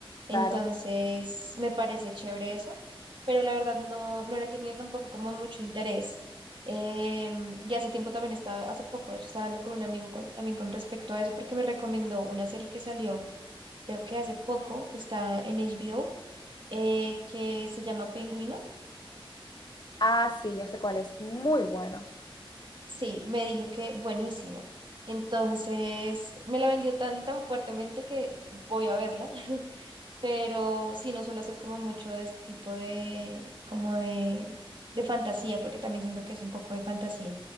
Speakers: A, on the right; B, on the left.
A: Entonces,
B: Claro.
A: me parece chévere eso, pero la verdad no, no le he tenido tampoco como mucho interés. Eh, y hace tiempo también estaba, hace poco, de hecho, estaba hablando con un amigo con- también con respecto a eso, porque me recomendó una serie que salió, creo que hace poco, que está en HBO, eh, que se llama Pingüino.
B: Ah, sí, yo sé cuál es. Muy buena.
A: Sí, me dijo que buenísimo. Entonces, me la vendió tan, tan fuertemente que voy a verla. pero sí, no suelo hacer como mucho de este tipo de, como de, de fantasía, porque también siento que es un poco de fantasía.